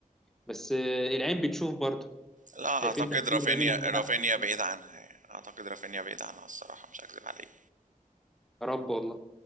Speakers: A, in the centre; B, on the right.
A: بس آه، العين بتشوف برضه
B: لا
A: شايفين
B: اعتقد
A: تاثير
B: رافينيا
A: لامين يامال
B: رافينيا
A: احسن
B: بعيد عنها يعني. اعتقد رافينيا بعيد عنها الصراحة مش هكذب عليك
A: يا رب والله